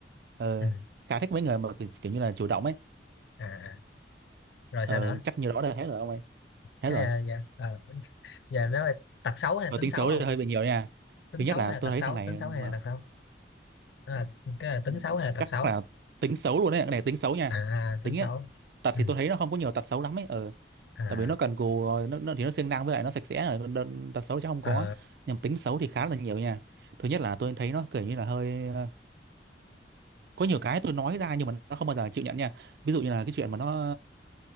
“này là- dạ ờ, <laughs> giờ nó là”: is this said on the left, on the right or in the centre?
Left